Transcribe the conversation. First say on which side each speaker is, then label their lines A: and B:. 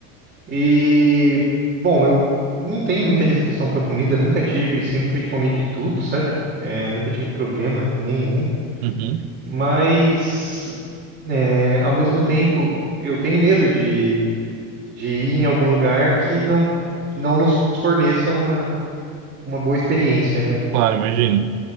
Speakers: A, on the right (about 25°); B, on the right (about 85°).
A: E, bom, eu não tenho muita restrição pra comida, nunca tive, sempre fui de comer de tudo, sabe? É, nunca tive problema nenhum.
B: uhum.
A: Mas, é, ao mesmo tempo, eu tenho medo de, de ir em algum lugar que não, não nos forneça uma, uma boa experiência, né?
B: Claro, imagino.